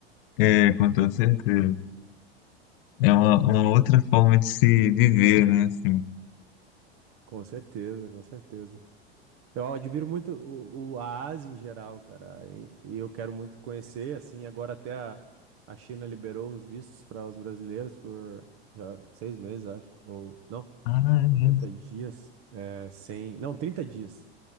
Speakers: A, on the left; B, on the right.
A: É, com toda certeza. É uma, uma outra forma de se viver, né? Assim.
B: Com certeza, com certeza. Eu admiro muito o, o- a Ásia em geral, cara, e, e eu quero muito conhecer, assim, agora até a, a China liberou os vistos para os brasileiros por já, seis meses, acho, ou não?
A: Ah,
B: noventa
A: é.
B: dias é, sem. Não, 30 dias